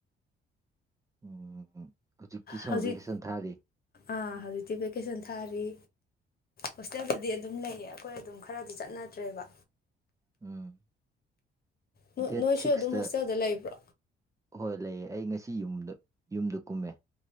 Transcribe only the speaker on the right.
ꯎꯝ ꯍꯧꯖꯤꯛꯇꯤ ꯁꯝꯃꯔ
ꯚꯦꯀꯦꯁꯟ ꯊꯥꯔꯤ
ꯎꯝ
ꯗꯦꯠ ꯁꯤꯛꯁꯇ
ꯍꯣꯏ ꯂꯩꯌꯦ ꯑꯩ ꯉꯁꯤ ꯌꯨꯝꯗ ꯌꯨꯝꯗ ꯀꯨꯝꯃꯦ